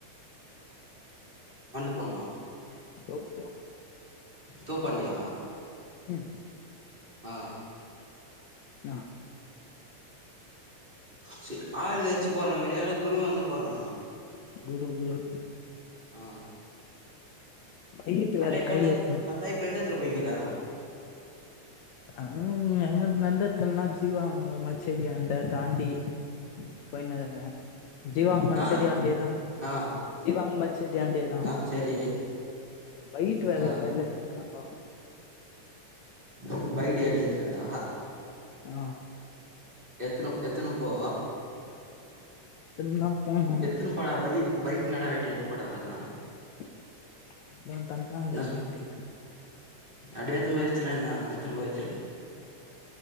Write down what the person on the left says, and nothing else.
தோப்பே
ம்
நா
குரு குரு
பையிட்டு
வேற
கையில
எத்துனு
அவ் எங்க நந்தத்துல்னா ஜீவா அவுங்க மல்ச்செடியாண்ட தாண்டி போய்னகுற்ற ஜீவா அங் மல்ச்சடி
ஆன்டே தா
ஜீவா அங் மல் செடி ஆன்டே தா
பைட் வேற
கைலேத்தன்ட்ட வா
அ
எத்துன்தா போனோ
<inaudible>
தன்ட்டாங்களே பையிட்டு